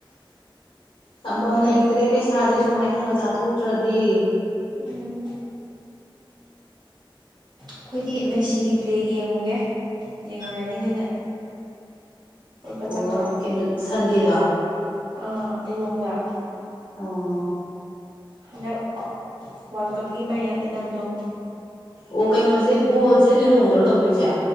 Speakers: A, on the left; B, on the right.
A: ꯊꯝꯕꯝ ꯂꯩꯇ꯭ꯔꯦ ꯄꯩꯁꯥꯖꯦ ꯁꯨꯃꯥꯏꯅ ꯈꯒ ꯆꯥꯊꯣꯛꯇ꯭ꯔꯗꯤ
B: ꯎꯝ ꯑꯈꯣꯏꯗꯤ ꯃꯦꯁꯤꯒꯤ ꯄ꯭ꯂꯦ ꯌꯦꯡꯉꯨꯒꯦ ꯌꯦꯡꯉꯨꯔꯅꯤ ꯅꯩꯅ ꯀꯣꯢꯕ
A: ꯑꯣ
B: ꯆꯠꯈ꯭ꯔꯣ
A: ꯀꯩꯅꯣ ꯁꯟꯗꯦꯗꯣ
B: ꯑꯥ ꯂꯤꯂꯣꯡꯗ
A: ꯑꯣ
B: ꯍꯟꯗꯛ ꯋꯥꯔꯜ ꯀꯞꯀꯤ ꯃꯔꯩ ꯌꯥꯝ ꯌꯦꯠꯅꯕꯗꯣ
A: ꯑꯣ ꯀꯩꯅꯣꯖꯦ ꯕꯣꯜꯖꯦ ꯂꯤꯂꯣꯡꯗꯔꯣ ꯇꯧꯗꯣꯏꯁꯦ